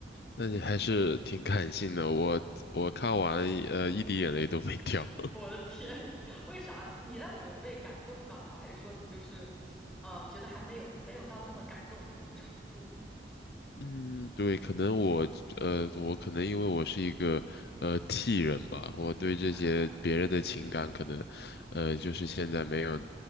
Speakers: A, on the left; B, in the centre.
A: 那你还是挺感性的，我我看完呃一滴眼泪都没掉。
B: 我的天，<laughs> 为啥呢？你那你有被感动到吗？还是说你就是，呃，觉得还没有没有到那么感动的那种程度
A: 嗯，对，可能我呃，我可能因为我是一个呃 T 人吧，我对这些别人的情感可能呃，
B: 啊
A: 就是现在没有